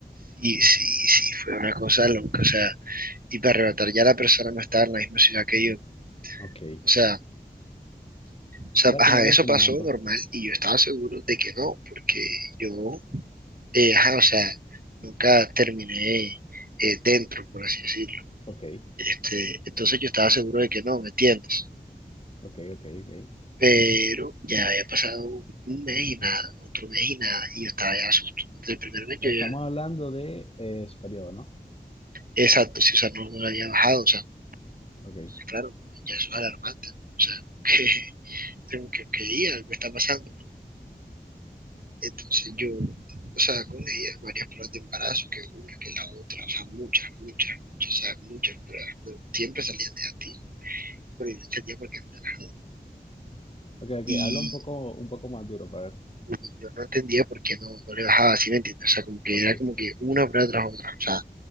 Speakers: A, on the right; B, on the left.
A: Y sí, sí, fue una cosa loca, o sea. Y para arrebatar ya la persona no estaba en la misma ciudad que yo.
B: Ok.
A: O sea, o sea,
B: ¿Era
A: ajá,
B: tu novia
A: eso
B: en su momento?
A: pasó normal y yo estaba seguro de que no, porque yo, eh, ajá, o sea, nunca terminé eh, dentro, por así decirlo.
B: Ok,
A: Este, entonces yo estaba seguro de que no, ¿me entiendes?
B: ok, ok, ok.
A: Pero ya había pasado un, un mes y nada, otro mes y nada, y yo estaba ya asustado. El primer mes
B: Estamos
A: yo ya,
B: hablando de eh, su periodo, ¿no?
A: exacto, sí, o sea, no, no lo había bajado, o sea, no,
B: Ok.
A: claro, ya eso es alarmante, ¿no? o sea, <laughs> que, tengo que, <laughs> que ir, algo está pasando, ¿no? Entonces yo, o sea, con ella, varias pruebas de embarazo, que una, que la otra, o sea, muchas, muchas, muchas, o sea, muchas pruebas, pero siempre salían negativas pero yo no entendía por qué no le bajaba.
B: Ok, ok.
A: Y,
B: Habla un poco, un poco más duro para ver.
A: y yo no entendía por qué no, no le bajaba, así me entiendes? O sea, como que
B: Ok.
A: era como que una prueba tras otra, o sea,